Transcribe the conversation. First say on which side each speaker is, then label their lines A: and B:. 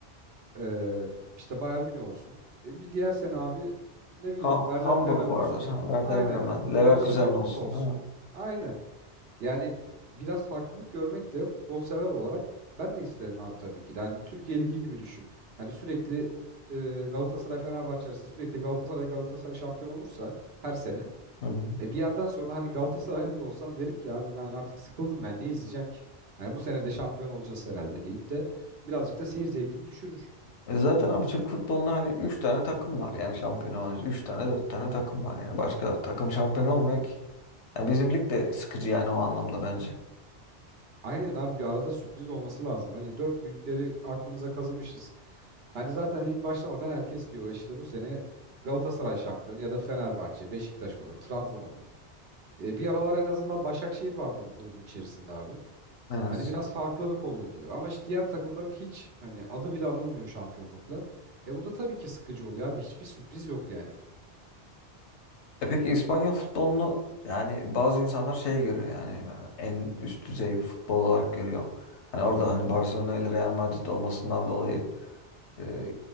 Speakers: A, on the right; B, on the left.
A: E, işte Bayern Münih olsun. E, bir diğer sene abi ne bileyim
B: Ha,
A: Werder
B: Hamburg
A: Bremen olsun.
B: vardır. Ha, Werder
A: Aynen.
B: Bremen. Leverkusen
A: Borussia Dortmund
B: olsun.
A: olsun.
B: Ha.
A: Aynen. Yani biraz farklılık görmek de futbol sever olarak ben de isterim abi tabii ki de. Hani Türkiye Ligi gibi düşün. Hani sürekli e, Galatasaray Fenerbahçe arası sürekli Galatasaray Galatasaray şampiyon olursa her sene.
B: Hı hı.
A: E bir yerden sonra hani Galatasaraylı da olsam derim ki abi ben artık sıkıldım ben ne izleyeceğim ki? Yani bu sene de şampiyon olacağız herhalde deyip de birazcık da seyir zevkini düşürür.
B: E zaten abi Türk futbolunda hani 3 tane takım var yani şampiyon olan. 3 tane dört tane takım var yani. Başka takım şampiyon olmuyor ki. Ya bizim lig de sıkıcı yani o anlamda bence.
A: Aynen abi bir arada sürpriz olması lazım. Hani dört büyükleri aklımıza kazımışız. Hani zaten lig başlamadan herkes diyor "E işte bu sene Galatasaray şampiyon ya da Fenerbahçe, Beşiktaş olur, Trabzon olur. E, bir aralar en azından Başakşehir vardı bu grubun içerisinde abi.
B: Evet.
A: Hani biraz farklılık oluyordu ama işte diğer takımların hiç hani adı bile anılmıyor şampiyonlukla. E bu da tabii ki sıkıcı oluyor abi. Hiçbir sürpriz yok yani.
B: E peki İspanyol futbolunu yani bazı insanlar şey görüyor yani en üst düzey bir futbol olarak görüyor. Hani orada hani Barcelona ile Real Madrid olmasından dolayı e,